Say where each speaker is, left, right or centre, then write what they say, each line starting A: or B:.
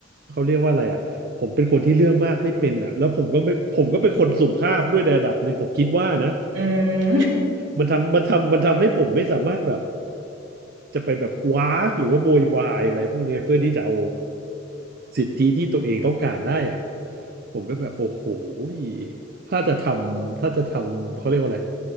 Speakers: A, on the right (about 50°); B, on the right (about 80°).
A: เขาเรียกว่าอะไรอ่ะผมเป็นคนที่เรื่องมากไม่เป็นอ่ะแล้วผมก็ไม่ผมก็เป็นคนสุภาพด้วยในระดับหนึ่งผมคิดว่านะ
B: อืม
A: มันทำมันทำมันทำให้ผมไม่สามารถแบบ จะไปแบบว้ากหรือว่าโวยวายอะไรพวกเนี้ยเพื่อที่จะเอาสิทธิที่ตัวเองต้องการได้อ่ะผมก็แบบโอ้โหยถ้าจะทำถ้าจะทำเขาเรียกว่าอะไร